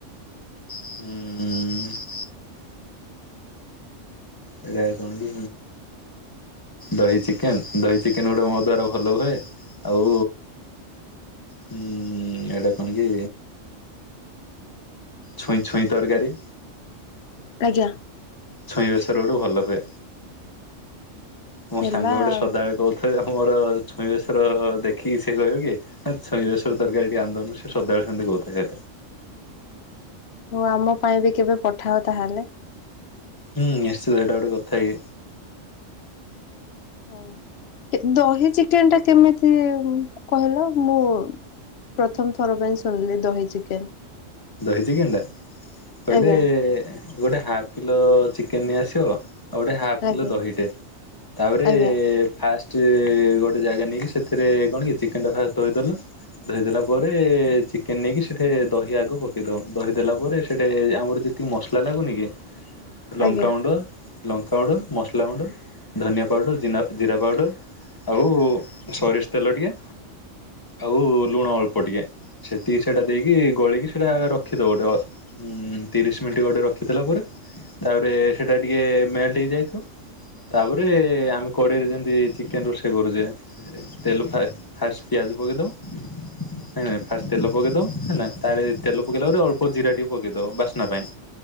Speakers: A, on the left; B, on the left.
A: ହୁଁ ଉଁ। ହେଲେ କଣ କି ଦହି ଚିକେନ୍ ଦହି ଚିକେନ୍ ଗୋଟେ ମୋ ଦ୍ଵାରା ଭଲ ହୁଏ। ଆଉ ହୁଁ ଏଟା କଣ କି ଛୁଇଁ ଛୁଇଁ ତରକାରୀ।
B: ଆଜ୍ଞା।
A: ଛୁଇଁ ବେଶର ଗୋଟେ ଭଲ ହୁଏ ମୋ
B: ହେଲା
A: ସାଙ୍ଗ ଗୋଟେ
B: ଆଉ।
A: ସଦାବେଳେ କହୁଥାଏ ଯେ ମୋର ଛୁଇଁ ବେଶର ଦେଖିକି ସେ କହିବ କି ଛୁଇଁ ବେଶର ତର୍କାରୀ ଟିକେ ଆଣିଦୋଉନୁ ସେ ସଦାବେଳେ ସେମତି କହୁଥାଏ।
B: ହୋଉ ଆମ ପାଇଁ ବି କେବେ ପଠାଅ ତାହେଲେ।
A: ହୁଁ ନିଶ୍ଚିତ ଏଟା ଗୋଟେ କଥା କି।
B: ହୋଉ କେ ଦହି ଚିକେନ ଟା କେମିତି କହିଲ ମୁଁ ପ୍ରଥମ୍ ଥର ପାଇଁ ଶୁଣିଲି ଦହି ଚିକେନ୍।
A: ଦହି ଚିକେନ୍ ଟା କହିଲେ
B: ଆଜ୍ଞା
A: ଗୋଟେ ହାଫ୍ କିଲୋ ଚିକେନ୍ ନେଇ ଆସିବ। ଆଉ ଗୋଟେ ହାଫ୍
B: ଆଜ୍ଞା
A: କିଲୋ ଦହିଟେ ତାପରେ
B: ଆଜ୍ଞା
A: ଫାଷ୍ଟ୍ ଗୋଟେ ଜାଗା ନେଇକି ସେଥିରେ କଣ କି ଚିକେନ୍ ଟା ଫାଷ୍ଟ ହୋଇଦେଲ। ଧୋଇଦେଲା ପରେ ଚିକେନ୍ ନେଇକି ସେଠି ଦହି ଆଗ ପ କିଦୋଉ ଦହି ଦେେଲା ପରେ ସେଇଠି ଆମର୍ ଯେତିକି ମସ୍ଲା ଲାଗୁନି କି ଲଙ୍କାାଗୁଣ୍ଡ
B: ଆଜ୍ଞା
A: ଲଙ୍କା ଗୁଣ୍ଡ ମସ୍ଲା ଗୁଣ୍ଡ ଧନିଆ ପାଉଡ଼ର ଜିନା ଜିରା ପାଉଡ଼ର୍ ଆଉ ସୋରିଷ୍ ତେଲ ଟିକେ ଆଉ ଲୁଣ ଅଳ୍ପ ଟିକେ ସେତିକି ସେଇଟା ଦେଇକି ଗୋଳେଇକି ସେଇଟା ରଖିଦବ ଟେ ଉଁ ତିରିଶ୍ ମିନ୍ଟି ଗୋଟେ ରଖିଦେଲା ପରେ ତାପରେ ସେଟା ଟିକେ ମେଲ୍ଟ୍ ହେଇ ଯାଇଥିବ। ତାପରେ ଆମେ କଡେଇରେ ଯେମିତି ଚିକେନ ରୋଷେଇ କରୁଛେ ତେଲୁ-ପାଷ୍ଟ, ଫାଷ୍ଟ୍ ପିଆଜ ପକେଇ ଦବ ନାଇ ନାଇଁ ଫାଷ୍ଟ୍ ତେଲ ପକେଇ ଦବ ହେଲା ତାରେ ତେଲ ପକେଇଲା ପରେ ଅଳ୍ପ ଜିରା ଟିକେ ପକେଇଦବ ବାସ୍ନା ପାଇଁ